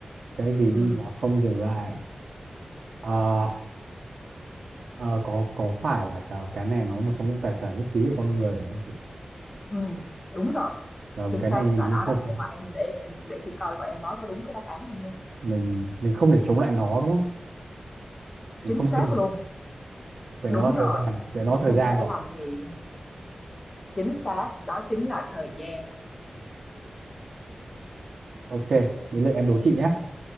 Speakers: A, on the right; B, on the left.
A: Cái gì
B: ừm,
A: đi mà không dừng lại? Ờ, ờ, có có phải là cái, cái này nó một trong những tài sản rất quý của con người đúng không chị?
B: ừm, đúng rồi,
A: Và
B: chính
A: cái
B: xác
A: này mình
B: là
A: mình
B: nó đó,
A: không
B: nhưng mà em để em để chị coi coi em nói có đúng cái đáp án không nha.
A: mình mình không thể chống lại nó đúng không? Mình
B: Chính
A: không
B: xác
A: dừng
B: luôn,
A: về
B: đúng
A: nó là
B: rồi,
A: thời gian, về nó
B: mình
A: là thời
B: không
A: gian
B: thể
A: rồi.
B: làm gì chính xác, đó chính là thời gian.
A: Ok, đến lượt em đố chị nhé.